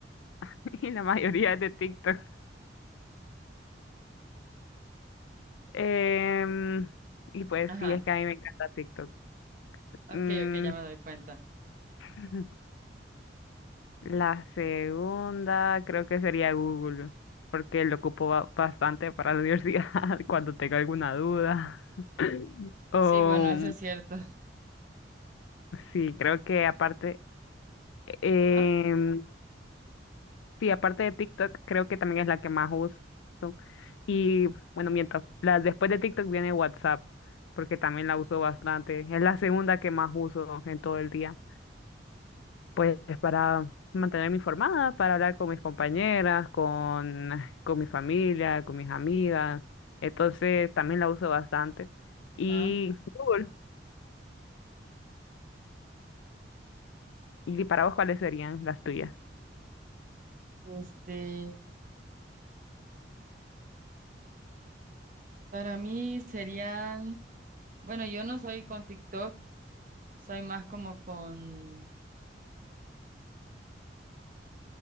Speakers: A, on the left; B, on the right.
A: <laughs> y la mayoría es de TikTok. Em, y pues
B: Ajá.
A: sí, es que a mí me encanta TikTok.
B: Ok,
A: Mm,
B: ok, ya me doy cuenta.
A: <laughs> la segunda creo que sería Google, porque lo ocupo ba- bastante para la universidad <laughs> cuando tengo alguna duda. <laughs> O
B: Sí, bueno, eso es cierto.
A: Sí, creo que aparte, em,
B: ¿Ah?
A: sí, aparte de TikTok, creo que también es la que más uso. Y bueno, miento, la, después de TikTok viene WhatsApp, porque también la uso bastante. Es la segunda que más uso en todo el día. Pues para mantenerme informada, para hablar con mis compañeras, con, con mi familia, con mis amigas. Entonces también la uso bastante. Y
B: Ajá.
A: Google, ¿y para vos cuáles serían las tuyas?
B: Este, para mí serían, bueno, yo no soy con TikTok, soy más como con